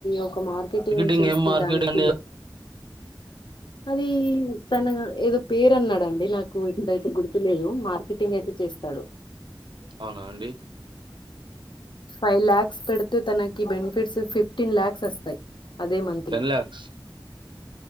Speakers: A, on the left (about 65°); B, on the right (about 65°).
A: ఒక మార్ కెటింగ్
B: మార్కెటింగ్
A: చేస్తే
B: ఏం మార్కెటింగ్
A: దానికి
B: అండి
A: అది తన ఏదో పేరన్నాడండి నాకు ఇప్పుడైతే గుర్తు లేదు మార్కెటింగయితే చేస్తాడు
B: అవునా అండి
A: ఫైవ్ ల్యాక్స్ పెడితే తనకి బెనిఫిట్స్ ఫిఫ్టీన్ లాక్స్ ఒస్తాయ్ అదే మంత్
B: ten
A: లో
B: lakhs